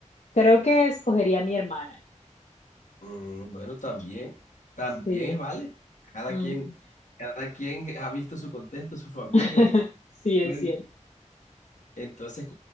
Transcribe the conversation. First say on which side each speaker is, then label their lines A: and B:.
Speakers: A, on the left (about 60°); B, on the left (about 75°).
A: creo que escogería a mi hermana.
B: Mm, bueno, también, también
A: Sí.
B: es válido. Cada
A: Ujú.
B: quien, cada quien ha visto su contexto, su familia
A: <laughs>
B: y
A: Sí, es
B: puede-
A: cierto.
B: Entonces,